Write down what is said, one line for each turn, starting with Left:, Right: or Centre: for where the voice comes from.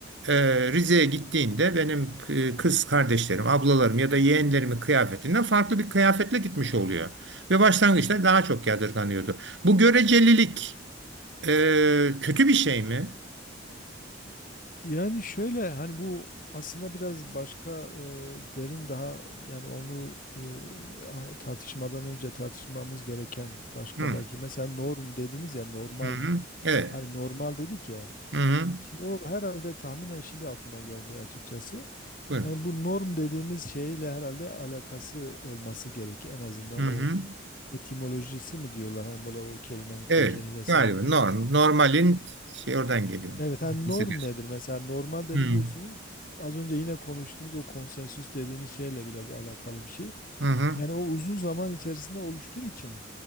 Right: e, Rize'ye gittiğinde benim e, kız kardeşlerim, ablalarım ya da yeğenlerimin kıyafetinden farklı bir kıyafetle gitmiş oluyor. Ve başlangıçta daha çok yadırganıyordu. Bu görecelilik ee, kötü bir şey mi?
Left: Yani şöyle hani bu aslında biraz başka e, derin daha yani onu e, a- tartışmadan önce tartışmamız gereken başka
Right: Hı,
Left: belki mesela norm dediniz ya normal
Right: hı, hı. Evet.
Left: hani normal dedik ya.
Right: Hı, hı.
Left: Şimdi o herhalde tahminen şimdi aklıma geldi açıkçası.
Right: Buyurun.
Left: Yani bu norm dediğimiz şeyle herhalde alakası olması gerek en azından
Right: Hı, hı.
Left: o etimolojisi mi diyorlar hani böyle o kelimenin kökeni
Right: Evet.
Left: vesaire.
Right: Galiba norm, normalin şey oradan geliyor.
Left: Evet, hani
Right: Hissediyorsun.
Left: norm nedir? Mesela normalde
Right: Hı,
Left: biliyorsunuz az önce yine konuştuğumuz o konsensüs dediğimiz şeyle biraz alakalı bir şey.
Right: hı, hı.
Left: Yani o uzun zaman içerisinde oluştuğu için